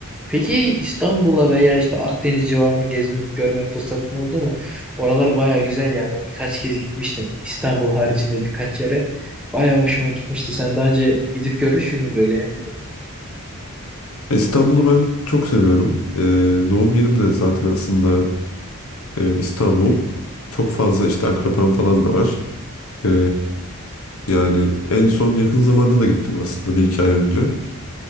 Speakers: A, in the centre; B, on the left.
A: Peki İstanbul'a veya işte Akdeniz civarını gezme, görme fırsatın oldu mu? Oralar baya güzel ya. Ben birkaç kez gitmiştim. İstanbul haricinde birkaç yere. Baya hoşuma gitmişti. Sen daha önce gidip görmüş müydün böyle yerleri?
B: E, İstanbul'u ben çok seviyorum. E, doğum yerim de zaten aslında e, İstanbul. Çok fazla işte akrabam falan da var. Ee, yani en son yakın zamanda da gittim aslında bir iki ay önce.